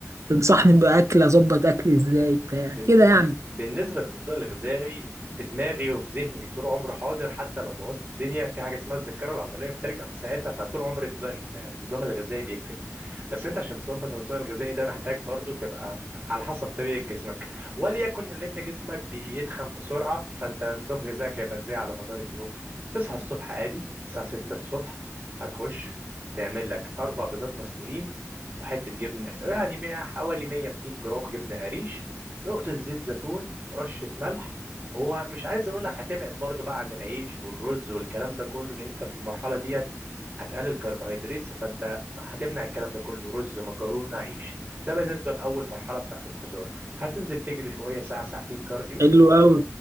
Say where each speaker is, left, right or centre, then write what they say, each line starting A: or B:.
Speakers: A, on the right (about 65°); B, on the right (about 30°).
A: تنصحني باكل اظبط اكلي ازاي بتاع
B: بن-
A: كده
B: بن-
A: يعني
B: بالنسبة للنسوء الغذائي في دماغي وفي ذهني طول عمري حاضر حتى لو بوظت الدنيا في حاجة اسمها الذاكرة العضلية بترجع في ساعتها فطول عمري النظام النظام الغذائي بيفرق بس انت عشان تظبط النظام الغذائي ده محتاج برضو تبقى على حسب طبيعة جسمك وليكن اللي انت جسمك بيتخن بسرعة فانت نظام غذائك هيبقى ازاي على مدار اليوم تصحى الصبح عادي الساعة 6 الصبح هتخش تعمل لك أربع بيضات مسلوقين وحتة جبنة يعني مية- حوالي 100 200 جرام جبنة قريش نقطة زيت زيتون رشة ملح هو مش عايز اقول لك هتبعد برضو بقى عن العيش والرز والكلام ده كله اللي انت في المرحلة ديت هتقلل كربوهيدرات فانت هتمنع الكلام ده كله رز مكرونة عيش ده بالنسبة لأول مرحلة بتاعت الفطار هتنزل تجري شوية ساعة ساعتين كارديو
A: حلو قوي